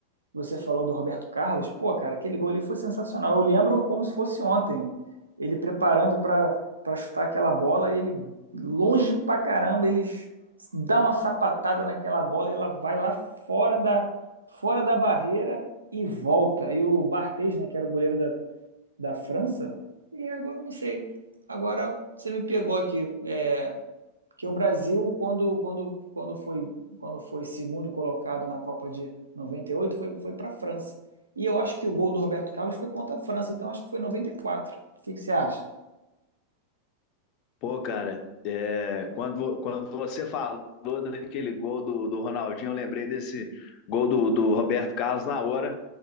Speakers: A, on the right; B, on the left.
A: você falou do Roberto Carlos, pô, cara, aquele gol ali foi sensacional. Eu lembro como se fosse ontem, ele preparando para para chutar aquela bola e ele longe pra caramba, ele dá uma sapatada naquela bola e ela vai lá fora da fora da barreira e volta. E o Barthez, né, que era o goleiro da, da França, e agora eu não sei. Agora você me pegou aqui. É, porque o Brasil, quando, quando, quando, foi, quando foi segundo colocado na Copa de 98, foi, foi para a França. E eu acho que o gol do Roberto Carlos foi contra a França, então acho que foi 94. O que, que você acha?
B: Pô, cara, é, quando, vo- quando você falou daquele gol do, do Ronaldinho, eu lembrei desse gol do, do Roberto Carlos na hora.